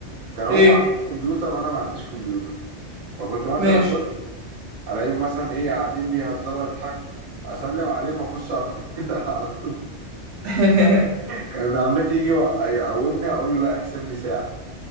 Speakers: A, on the right (about 45°); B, on the right (about 75°).
A: كان هم
B: ايه
A: عندهم كمبيوتر وانا ما عنديش كمبيوتر فكنت مثلا
B: ماشي
A: اخش الاقيهم مثلا ايه قاعدين بيهزروا ويضحكوا اسلم عليهم واخش على الكمبيوتر <laughs> على طول
B: <laughs>
A: كان ابن عمتي يجي يوق- يقومني اقول له لا احسب لي ساعه